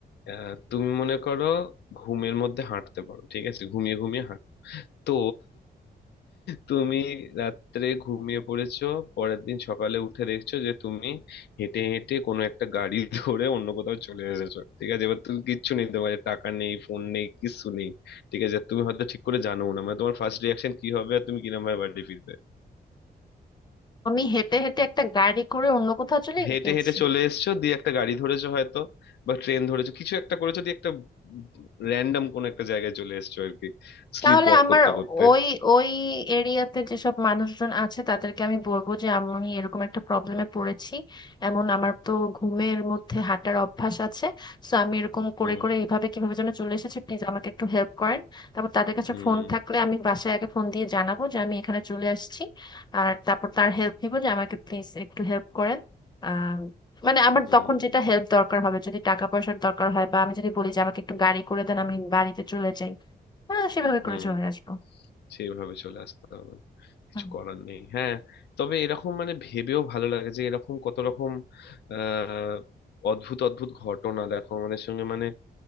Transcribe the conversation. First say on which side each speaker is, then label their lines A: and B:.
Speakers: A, on the left; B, on the left.
A: আহ, তুমি মনে করো ঘুমের মধ্যে হাঁটতে পারো ঠিক আছে ঘুমিয়ে ঘুমিয়ে হাঁটো তো তুমি রাত্রে ঘুমিয়ে পড়েছো পরের দিন সকালে উঠে দেখছো যে তুমি হেঁটে হেঁটে কোনো একটা গাড়ি <laughs> ধরে অন্য কোথাও চলে এসেছো ঠিক আছে এবার তুমি কিচ্ছু নেই তোমার টাকা নেই ফোন নেই কিচ্ছু নেই ঠিক আছে তুমি হয়তো ঠিক করে জানো না মানে তোমার ফার্স্ট রিয়াকশন কি হবে আর তুমি কিরম ভাবে বাড়ি ফিরবে
B: আমি হেঁটে হেঁটে একটা গাড়ি করে অন্য কোথাও চলে
A: হেঁটে
B: গেছি
A: হেঁটে চলে এসেছো দিয়ে একটা গাড়ি ধরেছো হয়তো বা ট্রেন ধরেছো কিছু একটা করেছো দিয়ে একটা র্যান্ডম কোন একটা জায়গায় চলে এসেছো আর কি স্লিপ
B: তাহলে
A: ওয়াক
B: আমার
A: করতে করতে
B: ওই ওই এরিয়াতে যেসব মানুষজন আছে তাদেরকে আমি বলবো যে আমি এরকম একটা প্রবলেমে পড়েছি এমন আমার তো ঘুমের মধ্যে হাঁটার অভ্যাস আছে সো আমি এরকম করে
A: হুম
B: করে এইভাবে কিভাবে যেন চলে এসেছি প্লিজ আমাকে একটু হেল্প করেন তারপর তাদের কাছে
A: হুম
B: ফোন থাকলে আমি বাসায় আগে ফোন দিয়ে জানাবো যে আমি এখানে চলে আসছি আর তারপর তার হেল্প নিবো যে আমাকে প্লিজ একটু হেল্প করেন আহ মানে আমার
A: হুম
B: তখন যেটা হেল্প দরকার হবে যদি টাকা পয়সার দরকার হয় বা আমি যদি বলি যে আমাকে একটু গাড়ি করে দেন আমি বাড়িতে চলে যাই হ্যাঁ সেভাবে
A: হুম
B: করে চলে আসবো
A: সেইভাবে চলে আসতে হবে কিছু
B: হুম।
A: করার নেই হ্যাঁ তবে এরকম মানে ভেবেও ভালো লাগে যে এরকম কত রকম আহ অদ্ভুত অদ্ভুত ঘটনা দেখো আমাদের সঙ্গে মানে